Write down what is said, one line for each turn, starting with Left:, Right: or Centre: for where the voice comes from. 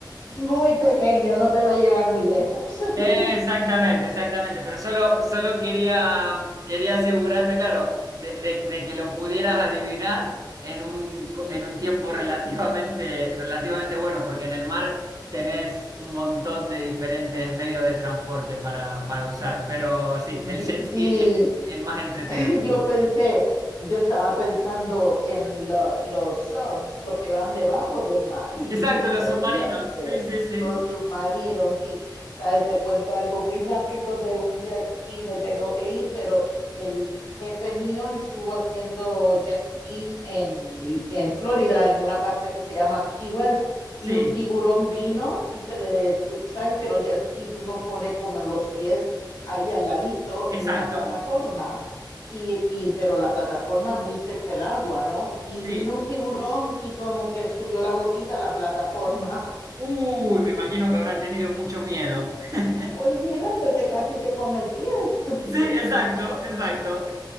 Left: muy pequeño, no te va a llevar muy lejos.
Right: Exactamente,
Left: <laughs>
Right: exactamente, pero solo, solo quería, quería asegurarme, claro, de, de- de que lo pudieras adivinar en un, co-
Left: Sí,
Right: en un tiempo
Left: sí.
Right: relativamente, relativamente bueno, porque en el mar tenés un montón de diferentes medios de transporte para, para usar, pero sí,
Left: Y-
Right: el jet ski
Left: sí,
Right: es el más entretenido.
Left: <laughs> yo pensé, yo estaba pensando en lo- los subs, los que van debajo del mar, y
Right: Exacto,
Left: dije,
Right: los
Left: podría
Right: submarinos,
Left: ser
Right: sí, sí, sí,
Left: los submarinos, sí. Sabes, te cuento algo muy rápido de un jet ski, me tengo que ir, pero el jefe mío estuvo haciendo jet ski en, en Florida, en una parte que se llama Key West.
Right: sí,
Left: Y un tiburón vino y se le, su- sabes que los jet skis uno pone como en los pies ahí al ladito
Right: exacto,
Left: en una plataforma, y, y, pero la plataforma muy cerca del agua, ¿no? Y
Right: sí.
Left: vino un tiburón y como que subió la boquita a la plataforma. <laughs>
Right: Uy, me imagino que habrá tenido mucho miedo. <laughs>
Left: Olvídate, te casi te come el pie. <laughs>
Right: Sí, exacto, exacto.